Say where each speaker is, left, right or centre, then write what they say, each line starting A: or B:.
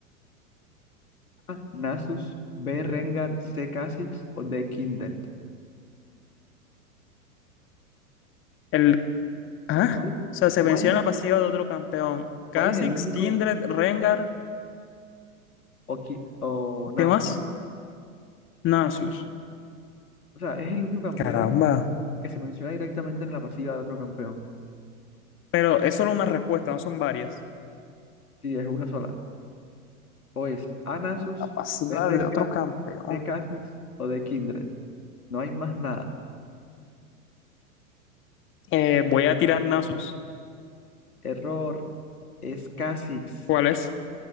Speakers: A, on the left; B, on the left.
A: A, Nasus, B, Rengar, C, Kha'Zix o D, Kindred.
B: El, ah,
A: ¿Cuál
B: o
A: es,
B: sea, se
A: cuál
B: venció
A: es-
B: en la pasiva de otro campeón. Kha'Zix,
A: cuál es el único
B: Kindred, Rengar,
A: Oki- o Nasus?
B: ¿qué más? Nasus.
A: O sea, es el único campeón
B: Caramba.
A: que se menciona directamente en la pasiva de otro campeón.
B: Pero es solo una respuesta, no son varias.
A: Sí, es una sola. O es Anasus,
B: La pasiva
A: de Rengar,
B: de otro campeón.
A: de Kha'Zix o de Kindred. No hay más nada.
B: Eh, voy a tirar Nasus.
A: Error, es Kha'Zix.
B: ¿Cuál es?